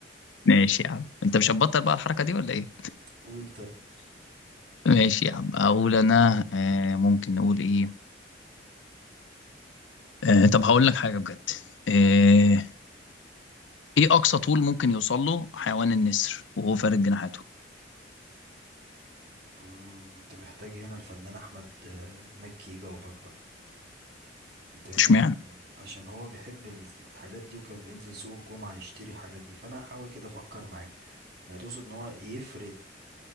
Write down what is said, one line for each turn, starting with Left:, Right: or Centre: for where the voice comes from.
Left: ماشي يا عم انت مش هتبطل بقى الحركه دي ولا ايه
Right: قول طيب
Left: ماشي يا عم اقول انا أه ممكن نقول ايه أه طب هقول لك حاجه بجد أه ايه اقصى طول ممكن يوصل له حيوان النسر وهو فارد جناحاته
Right: مم، انت محتاج هنا الفنان احمد آه، مكي يجاوبك بقى انت هنا
Left: اشمعنى
Right: ف- عشان هو بيحب ال- الحاجات دي وكان بينزل سوق الجمعة يشتري الحاجات دي فانا هحاول كده افكر معاك يعني تقصد ان هو يفرد